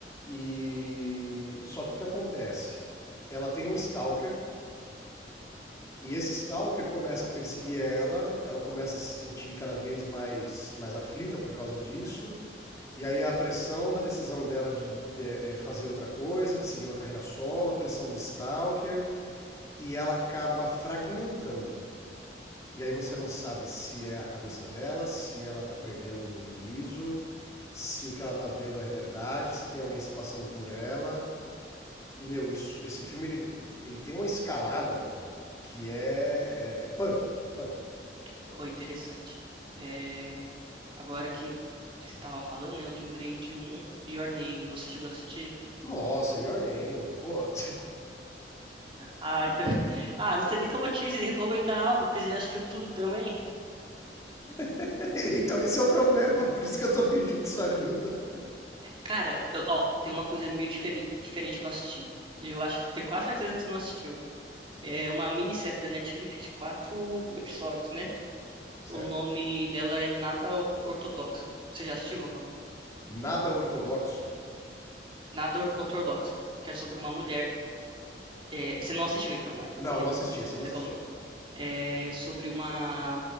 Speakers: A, on the left (about 20°); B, on the right (about 30°).
A: E só que o que acontece? Ela tem um stalker E esse stalker começa a perseguir ela, ela começa a se sentir cada vez mais, mais aflita por causa disso. E aí a pressão da decisão dela de, de, eh, fazer outra coisa, de seguir uma carreira solo, a pressão do stalker, e ela acaba fragmentando. E aí você não sabe se é a cabeça dela, se ela tá perdendo o juízo, se o que ela tá vendo é verdade, se tem alguém se passando por ela. E, meu, isso, esse filme ele, ele tem uma escalada que é, é, é punk. É punk.
B: Oh, interessante. É, agora que você estava falando, né, eu lembrei de um, Your Name, você chegou a assistir?
A: Nossa, your name. Pô.
B: Ah, então... <laughs> ah, não sei nem como eu te recomendar algo, porque você já assistiu tudo também.
A: <laughs> então esse é o problema, por isso que eu tô pedindo sua ajuda.
B: Cara, eu- ó, tem uma coisa meio diferen- diferente que eu assisti. Eu acho, tenho quase certeza que você não assistiu. É uma minissérie da Netflix de quatro episódios, né?
A: Certo.
B: O nome dela é Nada Ortodoxa. Você já assistiu ou não?
A: Nada ortodoxo.
B: Nada Ortodoxa, que é sobre uma mulher. É, você não assistiu então, né? Pelo
A: Não,
B: que
A: não assisti, esse eu não
B: você
A: assisti.
B: falou. é, sobre uma,